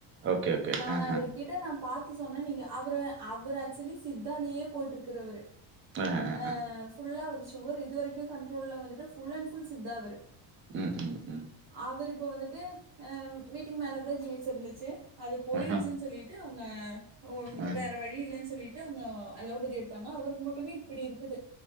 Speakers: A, on the right (about 30°); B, on the right (about 50°).
A: ஓகே, ஓகே.
B: நானவரு
A: ஆஹ.
B: கிட்ட நா பாத்து சொன்னே நீங்க அவரு அவர் ஆக்சுலி சித்தாலேயே போயிட்ருக்கிறவரு
A: ஆஹ,
B: அ
A: ஆஹ.
B: ஃபுல்லா ஒரு ஷுகர் இதுவரைக்கூ கண்ட்ரோல்ல வந்துட்டு ஃபுல் அண்ட் ஃபுல் சித்தா அவரு
A: ம், ம், ம்.
B: அவர் இப்ப வந்துட்டு ஆ வீட்டுக்கு மேலதா ஜி சர்ந்துச்சு அது போயிருச்சுன்
A: ஆஹ.
B: சொல்லிட்டு அவுங்க ஒன்
A: ஆ.
B: வேற வழி இல்லன் சொல்லிட்டு அவுங்க அலோபதி எடுத்தாங்க அவருக்கு மட்டுமே இப்டி இருக்குது